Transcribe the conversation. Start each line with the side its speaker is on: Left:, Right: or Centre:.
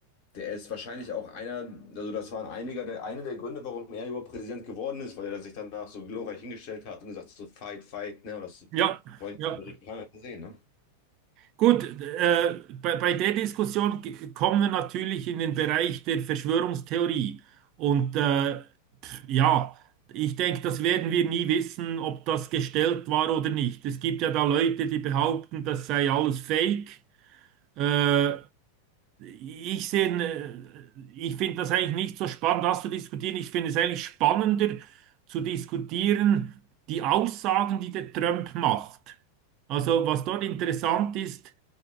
Left: Der ist wahrscheinlich auch einer, also das waren einige der, eine der Gründe, warum er überhaupt Präsident geworden ist, weil er sich danach so glorreich hingestellt hat und gesagt hat, so fight, fight, ne? Und das
Right: ja,
Left: wollen
Right: ja.
Left: die Amerikaner nicht sehen, ne?
Right: Gut, äh, bei, bei der Diskussion g- kommen wir natürlich in den Bereich der Verschwörungstheorie. Und äh, pf, ja, ich denke, das werden wir nie wissen, ob das gestellt war oder nicht. Es gibt ja da Leute, die behaupten, das sei alles Fake. Äh, ich sehe, äh, ich finde das eigentlich nicht so spannend, das zu diskutieren. Ich finde es eigentlich spannender zu diskutieren, die Aussagen, die der Trump macht. Also, was dort interessant ist,